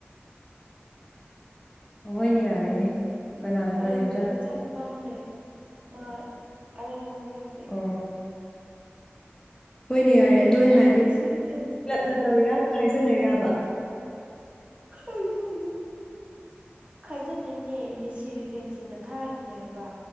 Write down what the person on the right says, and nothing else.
ꯎꯝ
ꯑꯂꯨꯟꯃꯪꯒꯤ
ꯃꯆꯥꯅꯨꯄꯥ ꯑꯃ ꯂꯩ ꯃꯥ ꯑꯂꯨꯟꯃꯪꯒꯤ ꯗꯤꯒꯤ
ꯍꯥꯏꯅꯍꯧꯕ
ꯃꯦꯁꯤꯒꯤ ꯐꯦꯟꯁꯤꯡꯅ
<unintelligible> ꯈꯥꯏꯖꯅꯩꯅꯦ ꯃꯦꯁꯤꯒꯤ ꯐꯦꯟꯁꯤꯡꯅ ꯊꯥꯔꯤꯅꯦ ꯍꯥꯏꯕ